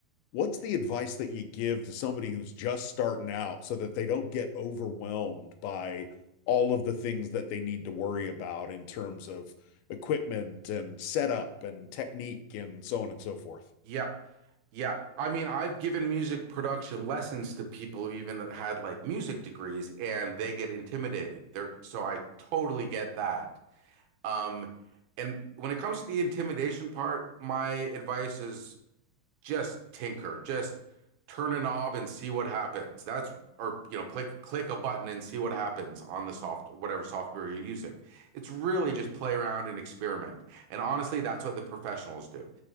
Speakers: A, on the left; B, on the right.
A: what's the advice that you give to somebody who's just starting out so that they don't get overwhelmed by all of the things that they need to worry about in terms of equipment and setup and technique and so on and so forth?
B: Yeah, yeah. I mean, I've given music production lessons to people who even had like music degrees, and they get intimidated. They're, so I totally get that. Um, and when it comes to the intimidation part, my advice is just tinker, just turn a knob and see what happens. That's or you know, click click a button and see what happens on the soft whatever software you're using. It's really just play around and experiment. And honestly, that's what the professionals do.